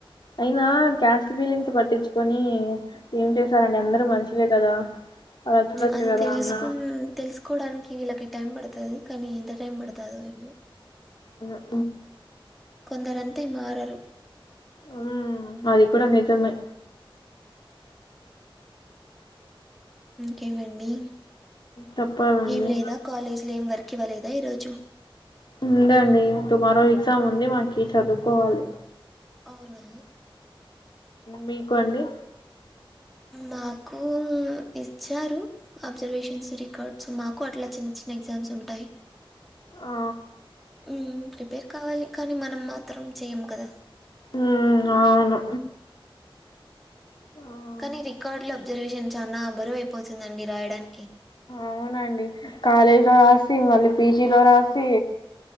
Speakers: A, on the left; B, in the centre.
A: అయినా క్యాస్ట్ ఫీలింగ్స్ పట్టించుకొని ఏం చేశారుండి అందరు మనుషులే కదా అలా చూడొచ్చు
B: అది
A: కదా
B: తెలుసుకు
A: అందరూ
B: తెలుసుకోవడానికి వీళ్ళకి టైం పడతది కానీ ఎంత టైం పడతదో ఏమో
A: ఆ
B: కొందరంతే మారరు
A: ఉ అది కూడా నిజమే
B: కేవండి
A: చెప్పాలండి
B: ఏం లేదా కాలేజ్ లో ఏం వర్క్ ఇవ్వలేదు దాయి రాచ్చు
A: ఉందండి టుమారో ఎగ్జామ్ ఉంది మనకి చదువుకోవాలి
B: అవునా
A: మీకు అండి
B: మాకు ఇచ్చారు అబ్జర్వేషన్స్ రికార్డ్స్ మాకు అట్లా చిన్న చిన్న ఎగ్జామ్స్ ఉంటాయి
A: ఆ
B: అ ప్రిపేర్ కావాలి కానీ మనం మాత్రం చెయ్యము కదా
A: ఉ అవును ఆ
B: కనీ రికార్డ్ల అబ్ రిజర్వేషన్ చాలా బరువు అయిపోతుందండి రాయడానికి
A: అవునండి కాలేజ్ లో రాసి మళ్ళీ పీజీలో రాసి